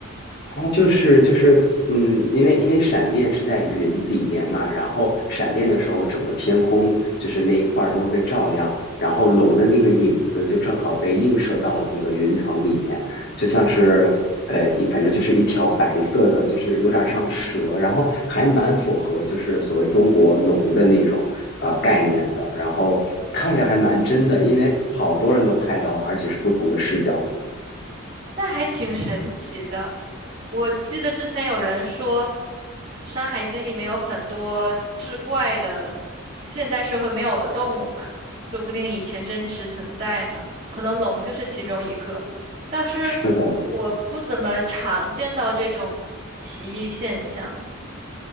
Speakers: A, on the left; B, on the right.
A: 它就是就是，嗯，因为因为闪电是在云里面嘛，然后闪电的时候，整个天空就是那一块儿都会被照亮，然后龙的那个影子就正好被映射到了那个云层里面，就像是呃一反正就是一条白色的，就是有点像蛇，然后还蛮符合就是所谓中国龙的那种呃概念的，然后看着还蛮真的，因为好多人都拍到了，而且是不同的视角。
B: 那还挺神奇的。我记得之前有人说，《山海经》里面有很多志怪的现代社会没有的动物嘛，说不定以前真实存在呢。可能龙就是其中一个，但是我不怎么常见到这种奇异现象。
A: 是的，